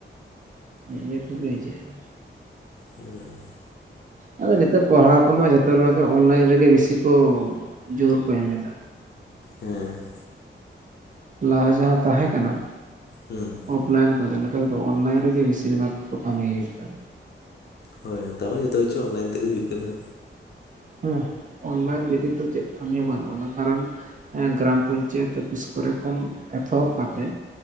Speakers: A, on the right (about 40°); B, on the left (about 55°).
A: ᱱᱤᱭᱟᱹ ᱠᱚᱜᱮ ᱤᱭᱡᱟ. ᱜ-ᱟ᱾
B: ᱦᱩᱸ
A: ᱟᱫᱚ ᱱᱤᱛᱚᱜ ᱯᱟᱲᱦᱟᱣ ᱠᱚᱢᱟ ᱡᱷᱚᱛᱚ ᱨᱮᱱᱟᱜ ᱚᱱᱞᱟᱭᱤᱱ ᱨᱮᱜᱮ ᱵᱤᱥᱤ ᱠᱚ ᱡᱳᱨ ᱠᱚ ᱮᱢ ᱮᱫᱟ᱾
B: ᱦᱮᱸ
A: ᱞᱟᱦᱟ ᱡᱟᱦᱟᱸ ᱛᱟᱦᱮᱸ ᱠᱟᱱᱟ᱾
B: ᱦᱩᱸ
A: ᱚᱯᱷᱞᱟᱭᱤᱱ ᱠᱚ ᱫᱚ ᱱᱮᱛᱟᱨ ᱫᱚ ᱚᱱᱞᱟᱭᱤᱱ ᱨᱮ ᱜᱮ ᱵᱤᱥᱤᱨ ᱵᱷᱟᱜᱽ ᱠᱚ ᱠᱟᱹᱢᱤ ᱮᱫᱟ
B: ᱦᱳᱭ ᱱᱮᱛᱟᱨ ᱢᱟ ᱡᱚᱛᱚ ᱠᱤᱪᱷᱩ ᱚᱱᱞᱟᱭᱤᱱᱜ ᱛᱮᱜᱮ ᱦᱩᱭᱩᱜ ᱠᱟᱱᱟ᱾
A: ᱦᱮᱸ ᱚᱱᱞᱟᱭᱤᱱ <unintelligible> ᱪᱮᱫ ᱠᱟᱹᱢᱤ ᱵᱟᱹᱱᱩᱜ ᱟᱱᱟ ᱠᱟᱨᱚᱱ ᱦᱮᱸ ᱜᱨᱟᱢ ᱯᱚᱧᱪᱟᱭᱮᱛ ᱚᱯᱷᱤᱥ ᱠᱚᱨᱮ ᱠᱷᱚᱱ ᱮᱛᱚᱦᱚᱵᱽ ᱠᱟᱛᱮ